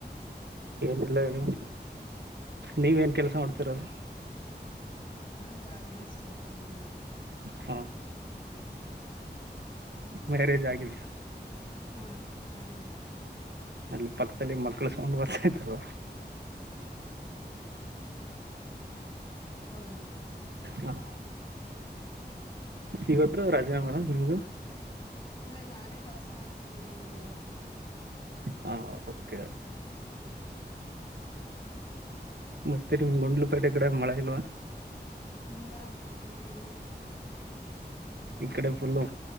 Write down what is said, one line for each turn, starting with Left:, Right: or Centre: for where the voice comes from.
Right: ಏನಿಲ್ಲ ಹೇಳಮ್ ನೀವ ನ್ ಕೆಲ್ಸ ಮಾಡ್ತಿರದು
Left: ನಾನು ಗಾರ್ಮೆಂಟ್ಸ್ ಹೋಗ್ತಾ ಇದ್ದೀನಿ
Right: ಹ್ಮ ಮ್ಯಾರೇಜ್ ಆಗಿದಿ
Left: ಹಾ ಆಗಿದೆ
Right: ಅಲ್ಲಿ ಪಕ್ಕದಲ್ಲಿ ಮಕ್ಕಳು ಸೊಂಡ್ ಬರ್ತಾಾಯತಾರವಾ
Left: ಹ ಹೌದು
Right: ಹ ಇವತ್ತು ರಾಜೀನಾಮೆ ನಿಮ್ದು
Left: ಇಲ್ಲ ನಾನೇ ರಜೆ ಹಾಕಿದ್ದೇನೆ ಇವತ್ತು
Right: ಹಾ ಕೆ ಮತ್ತೆ ನಿಮ್ ಗುಂಡ್ಲುಪೇಟೆ ಕಡೆ ಮಳೆ ಇಲ್ವಾ
Left: ಇಲ್ಲ ಇವಾಗೆಲ್ಲಿ ಇವಾಗಿಲ್ಲ
Right: ಇಕಡೆ ಫುಲ್ಲು